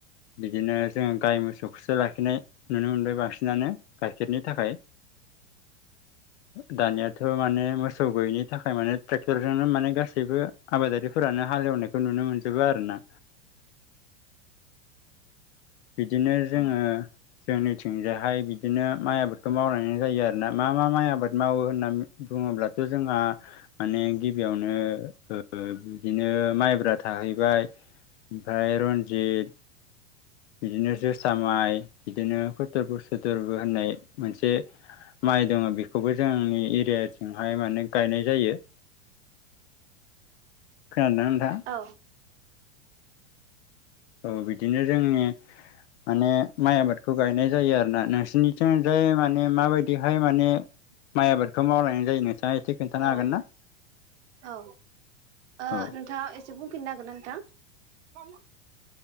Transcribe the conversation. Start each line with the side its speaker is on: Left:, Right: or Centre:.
Left: बिदिनो जोंङो गाय मोसौखौसो लाखिनाय नुनो मोनबाय बांसिनानो गाइखेरनि थाखाय दानियाथ' माने मोसौ गैयैनि थाखाय माने ट्रेक्टरजोंनो माने गासैबो आबादारिफोरानो हालेव नाय नुनो मोनजोबो आरोना बिदिनो जोंङो जोंनिथिंजायहाय बिदिनो माइ आबादखौ मावलायनाय जायो आर ना मा मा माइ आबाद मावो होनना बुङोब्लाथ' जोंहा माने गिबियावनो ओ बिदिनो माइब्रा था थाहैबाय ओमफ्राय रन्जित बिदिनो जोसा माइ बिदिनो फदरबो सोथोरबो होननाय मोनसे माइ दंङ बेखौबो जोंनि एरियाजोंहाय माने गायनाय जायो। खोनादोंना नोंथां
Right: औ
Left: औ बिदिनो जोंनि माने माइ आबादखौ गायनाय जायो आरो ना नोंसोरनिथिं जाय माने माबायदिहाय माने माइ आबादखौ मावलायनाय जायो नोंथाङा एसे खोनन्थानो
Right: औ
Left: हागोन ना?
Right: औ ओ
Left: औ
Right: नोंथाङा एसे बुंफिननो हागोनना नोंथां?